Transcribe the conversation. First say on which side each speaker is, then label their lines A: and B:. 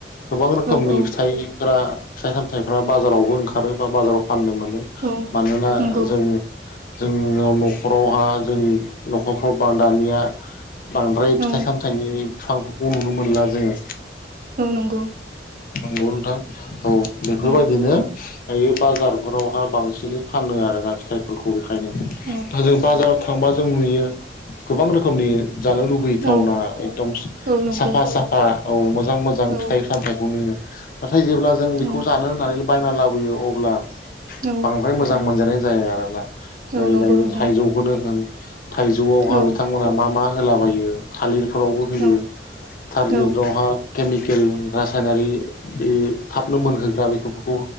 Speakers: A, on the left; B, on the right.
A: गोबां रोखोमनि
B: औ औ
A: फिथाइफ्रा फिथाइ सामथाइफ्रा बाजारावबो ओंखारो बा बाजाराव फाननो मोनो
B: औ
A: मानोना
B: नंगौ
A: जों जोंनियाव न'खरावहा जोंनि न'खरफ्राव बा दानिया बांद्राय फिथाइ
B: औ
A: सामथाइनि फांफोरखौ नुनो मोनला जोङो।
B: औ नंगौ
A: नंगौ नोंथां औ बेफोरबायदिनो
B: उम
A: दायो बाजारफोरावहा बांसिनै फानो आरोना फिथाइफोरखौ हायो दा
B: औ
A: जों बाजार थांबा जों नुयो गोबां रोखोमनि जानो लुबैयो टाउना
B: औ
A: एकदम
B: औ नंगौ
A: साफा साफा औ मो जां मोजां
B: औ
A: फिथाइ सामथाइ नुयो नाथाय जेब्ला जों बेखौ
B: औ
A: जानो होननानै बायना लाबोयो अब्ला
B: औ
A: बांद्राय मोजां मोनजानाय जाया आरोना।
B: औ
A: ओरै
B: नंगौ
A: जाय
B: नोंथां
A: थाइजौखौनो होन थाइजौआवहा
B: औ
A: बिथांमोनहा मा मा होलाबायो थालिर फोरावबो होयो
B: औ
A: थालिरावहा
B: औ
A: केमिकेल रा साइनारि बे थाबनो मोनहोग्रा बेखौ